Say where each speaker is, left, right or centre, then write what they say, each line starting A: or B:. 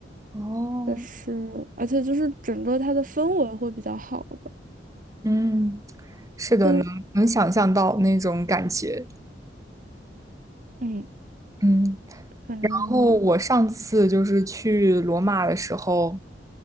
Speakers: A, on the right; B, on the right.
A: 哦，
B: 但是，而且就是整个它的氛围会比较好吧，
A: 嗯，是的，
B: 但
A: 能能想象到那种感觉。
B: 嗯，
A: 嗯。
B: 反正
A: 然后我上次就是去罗马的时候，